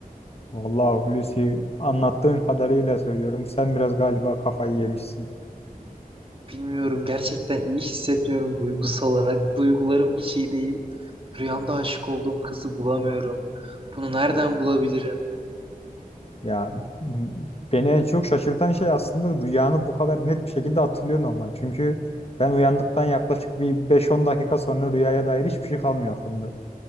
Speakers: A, on the left (about 40°); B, on the right (about 35°).
A: Vallahi Hulusi anlattığın kadarıyla söylüyorum. Sen biraz galiba kafayı yemişsin.
B: Bilmiyorum. Gerçekten iyi hissetmiyorum duygusal olarak. Duygularım hiç iyi değil. Rüyamda aşık olduğum kızı bulamıyorum. Bunu nereden bulabilirim?
A: Ya m- beni en çok şaşırtan şey aslında rüyanı bu kadar net bir şekilde hatırlıyorsun olman. Çünkü ben uyandıktan yaklaşık bir beş on dakika sonra rüyaya dair hiçbir şey kalmıyor aklımda.